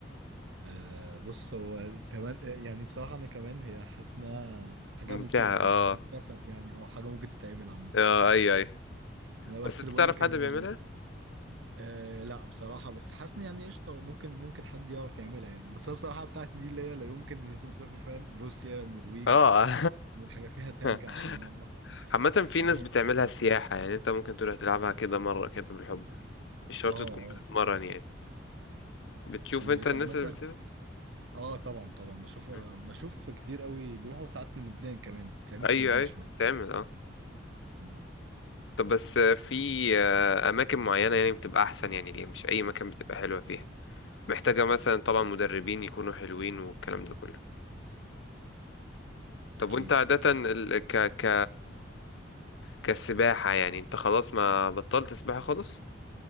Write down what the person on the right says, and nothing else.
آه بص هو كمان يعني بصراحه انا كمان هي حاسس انها حاجه
ممكن ت-
تكتسب يعني او حاجه ممكن تتعمل عامه
انا بس
اللي بقول
لك ان
ال... آه لا بصراحه بس حاسس إن يعني قشطه ممكن ممكن حد يعرف يعملها يعني بس انا بصراحه بتاعتي دي اللي هي لا يمكن لازم اسافر فاهم روسيا النرويج
حاجه فيها تلج
عشان اعرف
اتعامل
في ال-
اه
اه
وطب
مثلا
اه طبعا طبعا بشوف
بشوف كتير قوي بيروحوا ساعات لبنان كمان بتعمل
في لبنان
شويه
امم
اكيد
اكيد